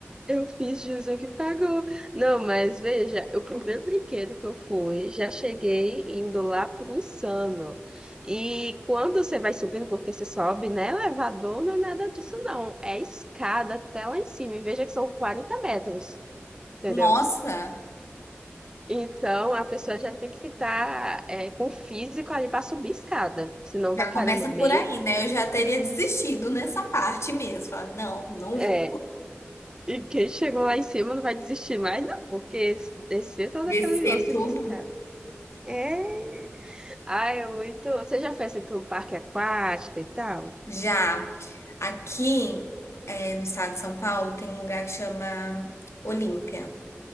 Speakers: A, on the right; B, on the left.
A: eu fiz jus ao que pagou. Não, mas veja, o primeiro brinquedo que eu fui, já cheguei indo lá pro Insano. E quando você vai subindo, porque você sobe, né? Elevador não é nada disso, não. É escada até lá em cima. E veja que são 40 metros, entendeu?
B: Nossa,
A: Então, a pessoa já tem que estar com o físico ali para subir escada, senão vai
B: já
A: parar
B: começa
A: no meio.
B: por aí, né? Eu já teria desistido nessa parte mesmo. Falar, não, não
A: É,
B: vou
A: e quem chegou lá em cima não vai desistir mais, não, porque descer todo
B: descer
A: aquele lance
B: tudo.
A: de escada. É, ai, é muito. Você já foi assim para um parque aquático e tal?
B: Já. Aqui, eh, no estado de São Paulo, tem um lugar que chama Olímpia.